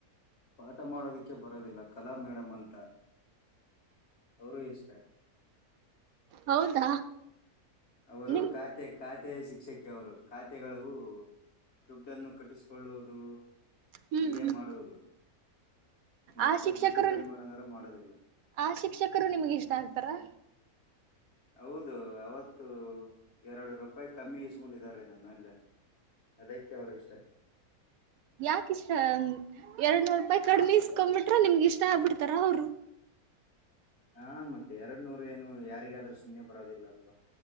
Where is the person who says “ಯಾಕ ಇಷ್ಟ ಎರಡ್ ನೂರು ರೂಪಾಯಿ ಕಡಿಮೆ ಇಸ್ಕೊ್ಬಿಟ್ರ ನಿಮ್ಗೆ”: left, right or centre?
Right